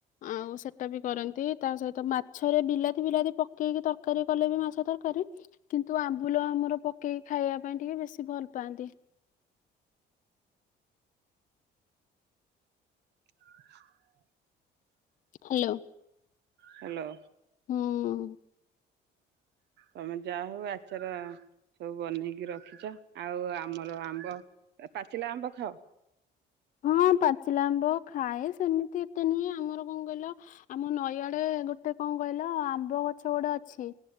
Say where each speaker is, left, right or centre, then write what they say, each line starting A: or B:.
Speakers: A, on the left (about 45°); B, on the right (about 65°).
A: ଆଉ ସେଟା ବି କରନ୍ତି ତା ସହିତ ମାଛରେ ବିଲାତି ଫିଲାତି ପକେଇକି ତର୍ ତରକାରୀ କଲେ ବି ମାଛ ତରକାରୀ କିନ୍ତୁ ଆମ୍ବୁଲ ଆମର ପକେଇକି ଖାଇବା ପାଇଁ ଟିକେ ବେଶୀ ଭଲ୍ ପାଆନ୍ତି।
B: <unintelligible>
A: ହାଲୋ।
B: ହାଲୋ।
A: ହୁଁ।
B: ତମେ ଯାହଉ ଆଚାର ସବୁ ବନେଇକି ରଖିଚ ଆଉ ଆମର ଆମ୍ବ- ପାଚିଲା ଆମ୍ବ ଖାଅ?
A: ହଁ ପାଚିଲା ଆମ୍ବ ଖାଏ ସେମିତି ଏତେ ନୁହେଁ ଆମର କଣ କହିଲ ଆମ ନଈଆଡେ ଗୋଟେ କଣ କହିଲ ଆମ୍ବ ଗଛ ଗୋଟେ ଅଛି